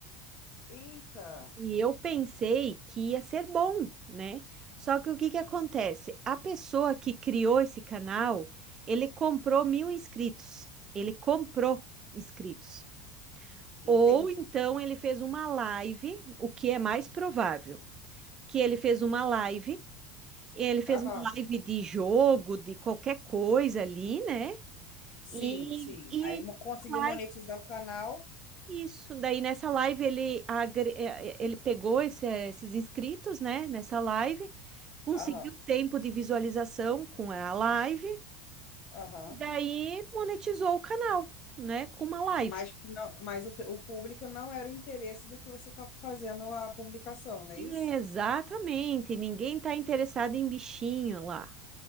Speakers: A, on the left; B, on the right.
A: Eita.
B: E eu pensei que ia ser bom, né? Só que o que que acontece? A pessoa que criou esse canal, ele comprou mil inscritos. Ele comprou inscritos.
A: Entendi.
B: Ou então ele fez uma live, o que é mais provável, que ele fez uma live, ele fez
A: Aham.
B: uma live de jogo, de qualquer coisa ali, né?
A: Sim,
B: E,
A: sim.
B: e
A: Aí mo- conseguiu
B: live
A: monetizar o canal.
B: isso. Daí nessa live ele, agre- eh, ele pegou esse- esses inscritos, né? Nessa live, conseguiu
A: Aham,
B: tempo de visualização com a live,
A: aham.
B: e daí monetizou o canal, né? Com uma live.
A: Mas que não, mas o, pe- o público não era o interesse do que você tá fazendo a publicação, não é
B: Exatamente,
A: isso?
B: ninguém tá interessado em bichinho lá.